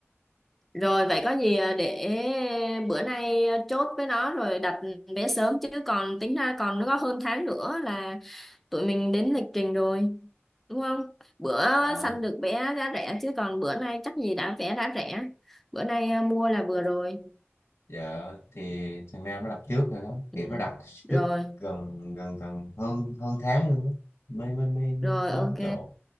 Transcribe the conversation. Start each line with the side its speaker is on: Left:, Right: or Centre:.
Centre: rồi vậy có gì à, để bữa nay à, chốt với nó rồi đặt vé sớm chứ còn tính ra còn nó có hơn tháng nữa là tụi mình đến lịch trình rồi đúng không bữa
Left: ấy.
Centre: săn được vé giá rẻ chứ còn bữa nay chắc gì đã vé đã rẻ bữa nay à, mua là vừa rồi
Left: dạ thì thằng Nam nó đặt trước rồi đó
Centre: ừ.
Left: kiểu nó đặt trước
Centre: rồi
Left: gần gần gần hơn hơn tháng luôn á mới mới mới mới
Centre: Rồi
Left: có
Centre: ok.
Left: cái chỗ